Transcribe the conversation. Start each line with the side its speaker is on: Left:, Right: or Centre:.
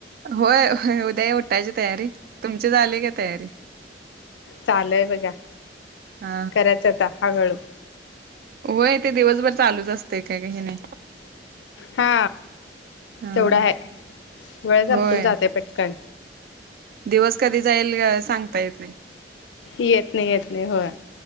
Right: होय होय उद्या हे उठायची तयारी, तुमची झाली का तयारी?
Left: चालूय बघा
Right: हा
Left: करायच आता हळूहळू.
Right: व्हय ते दिवसभर चालूच असतय काय काय हे नाई.
Left: हा
Right: हा
Left: तेवढा हाय, वेळ संपून
Right: होय
Left: जाते पटकन.
Right: दिवस कधी जाईल अ सांगता येत नाय.
Left: की येत नाही येत नाही होय